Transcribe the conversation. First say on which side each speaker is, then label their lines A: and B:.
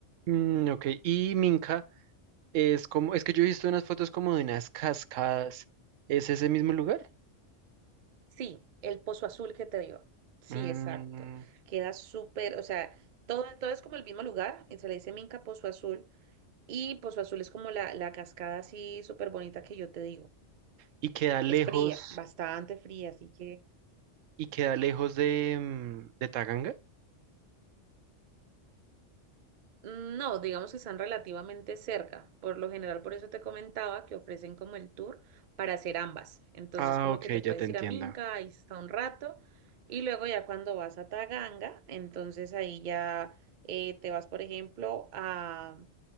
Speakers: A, on the right; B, on the right.
A: Mm, ok, y Minca es como, es que yo he visto unas fotos como de unas cascadas. ¿Es ese mismo lugar?
B: Sí, el Pozo Azul que te digo. Sí,
A: Mm,
B: exacto. Queda súper, o sea, todo, todo es como el mismo lugar, y se le dice Minca Pozo Azul, y Pozo Azul es como la, la cascada así súper bonita que yo te digo.
A: y queda lejos.
B: Es fría, bastante fría, así que...
A: y queda lejos de, mm, de Taganga.
B: Mm, No, digamos que están relativamente cerca. Por lo general, por eso te comentaba que ofrecen como el tour para hacer ambas. Entonces,
A: Ah,
B: como
A: ok,
B: que te puedes
A: ya te entiendo.
B: ir a Minca, ahí está un rato, y luego ya cuando vas a Taganga, entonces ahí ya eh, te vas, por ejemplo, a,